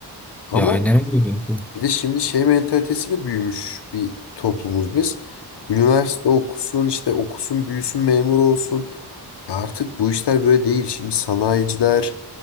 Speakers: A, on the left; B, in the centre.
A: Ama
B: Ya aynen öyle. kanka.
A: Bir de şimdi şey mentalitesiyle büyümüş bir toplumuz biz. Üniversite okusun işte okusun büyüsün memur olsun. Ya artık bu işler böyle değil. Şimdi sanayiciler